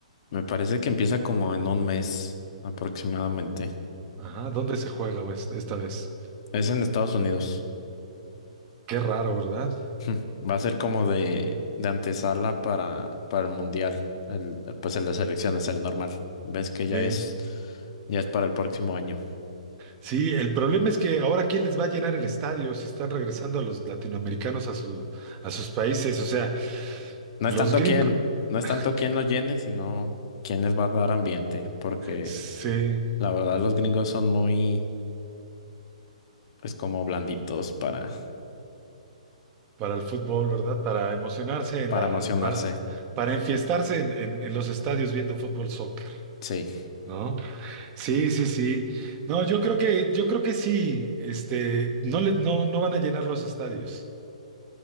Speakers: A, on the left; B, on the right.
A: Me parece que empieza como en un mes aproximadamente.
B: Ajá, ¿dónde se juega esta, esta vez?
A: Es en Estados Unidos.
B: Qué raro, ¿verdad?
A: <laughs> Va a ser como de, de antesala para, para el mundial. El, pues el de selecciones, el normal. Ves que ya
B: Sí.
A: es, ya es para el próximo año.
B: Sí, el problema es que ahora quién les va a llenar el estadio si están regresando a los latinoamericanos a su, a sus países. O sea,
A: No
B: los
A: es tanto
B: gringos.
A: quién, no es
B: <laughs>
A: tanto quién los llene, sino quién les va a dar ambiente, porque
B: Sí,
A: la verdad los gringos son muy pues como blanditos para,
B: para el fútbol, ¿verdad? Para emocionarse en
A: para
B: la,
A: emocionarse.
B: para, para enfiestarse en, en- en los estadios viendo fútbol soccer,
A: Sí,
B: ¿no? Sí, sí, sí. No, yo creo que, yo creo que sí, este, no le, no, no van a llenar los estadios.